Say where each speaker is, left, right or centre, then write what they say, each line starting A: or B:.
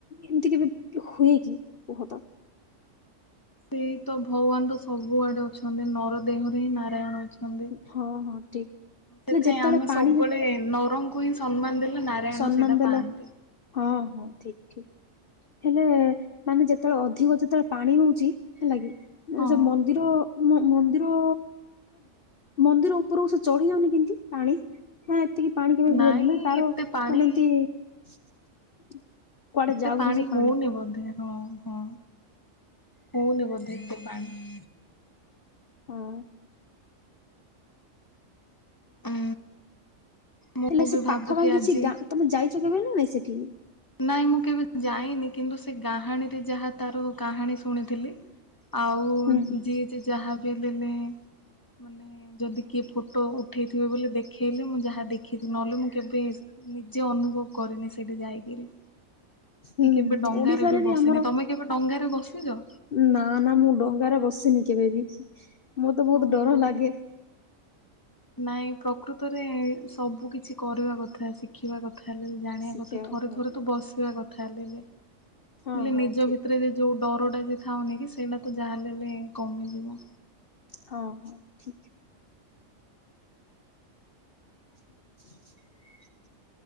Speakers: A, on the left; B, on the left.
A: ଏମିତି କେବେ ହୁଏ କି କୁହତ?
B: ସେଇ ତ ଭଗବାନ ତ ସବୁଆଡେ ଅଛନ୍ତି। ନର ଦେହରେ ହିଁ ନାରାୟଣ ଅଛ
A: ହଁ ହଁ ଠିକ
B: ସେଥିଆଇଁ
A: ହେଲେ ଯେତେବେଳେ
B: ଆମେ
A: ପାଣି
B: ସବୁବେଳେ ନରଙ୍କୁ ହିଁ ସମ୍ମାନ ଦେଲେ ନାରାୟଣ
A: ସମ୍ମାନ
B: ସେଇଟା
A: ଦେଲେ
B: ପାଆନ୍ତି।
A: ହଁ- ହଁ ଠିକ୍ ଠିକ୍। ହେଲେ ମାନେ ଯେତେବେଳେ ଅଧିକ ଯେତେବେଳେ ପାଣି ହଉଛି, ହେଲା କିି
B: ହଁ।
A: ସେ ମନ୍ଦିର ମ- ମ- ମନ୍ଦିର ମନ୍ଦିର ଉପରକୁ ସେ ଚଢି ଯାଉନି କେମିତି ପାଣି? ହଁ ଏତିକି ପାଣି କେବେ
B: ନାଇଁ
A: ହୁଏନି ନା, ତାର
B: ଏତେ ପାଣି
A: ମାନେ ଏମିତି କୁଆଡେ
B: ଏତେ
A: ଯାଉଛି
B: ପାଣି
A: ସେ
B: ହଉନି
A: ପାଣି
B: ବୋଧେ, ହଁ- ହଁ ହଉନି ବୋଧେ ଏମିତି ପାଣି?
A: ହଁ।
B: ଉଁ ମୁଁ
A: ହେଲେ ସେ
B: ବି
A: ପାଖାପାଖି
B: ଭାବୁଛି
A: କିଛି
B: ଆଜି
A: ଗାଁ, ତମେ ଯାଇଛ କେବେ ନା ନାଇଁ ସେଠିକି?
B: ନାଇଁ ମୁଁ କେବେ ଯାଇନି, କିନ୍ତୁ ସେ କାହାଣୀରେ ଯାହା ତାର କାହାଣୀ ଶୁଣିଥିଲି, ଆଉ
A: ହୁଁ
B: ଯିଏ ଯାହା ବି ହେଲେ ମାନେ ଯଦି କିଏ ଫଟୋ ଉଠେଇଥିବେ ବୋଲି ଦେଖେଇଲେ ମୁଁ ଯାହା ଦେଖିଛି, ନହେଲେ ମୁଁ କେବେ ନିଜେ ଅନୁଭବ କରିନି ସେଇଠି ଯାଇକିରି
A: ହୁଁ
B: କି କେବେ ଡଙ୍ଗାରେ
A: ଓଡିଶାରେ
B: ବି ବସିନି
A: ଆମର
B: ତମେ କେବେ ଡଙ୍ଗାରେ ବସିଚ?
A: ନା ନା ମୁଁ ଡଙ୍ଗାରେ ବସିନି କେବେବି ମତେ ବହୁତ
B: ହଁ।
A: ଡର ଲାଗେ।
B: ନାଇଁ ପ୍ରକୃତରେ ସବୁ କିଛି କରିବା କଥା ଶିଖିବା କଥା ହେଲେ ଜାଣିବା
A: ଶିଖିବା
B: କଥା ଥରେ
A: ହଁ
B: ଥରେ ତୁ ବସିବା କଥା ହେଲେ
A: ହଁ
B: ବେଲେ
A: ହଁ
B: ନିଜ
A: ଠିକ
B: ଭିତରେ ଯେ ଯୋଉ ଡରଟା ଯେ ଥାଉନି କି ସେଇଟା ତ ଯାହା ହେଲେ ହେଲେ କମିଯିବ।
A: ହଁ ହଁ ଠିକ <inaudible>